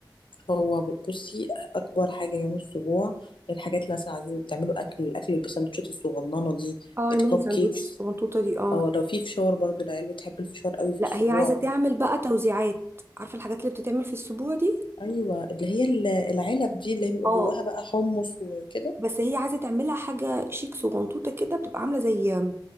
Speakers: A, on the left (about 80°); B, on the right (about 30°).
A: هو بصي أكبر حاجة يوم الأسبوع الحاجات اللي مثلا عايزين تعملوا أكل الأكل البسندوتشات الصغننة دي
B: اه
A: الكب
B: الميني ساندوتش
A: كيكس
B: الصغنطوطة دي اه
A: اه لو في فشار برضو العيال بتحب الفشار قوي في
B: لا
A: الأسبوع
B: هي عايزة تعمل بقى توزيعات عارفة الحاجات اللي بتتعمل في السبوع دي
A: أيوة اللي هي ال- العلب دي اللي هي بيبقى
B: اه
A: جواها بقى حمص وكده
B: بس هي عايزه تعملها حاجه شيك صغنطوطه كده بتبقى عامله زي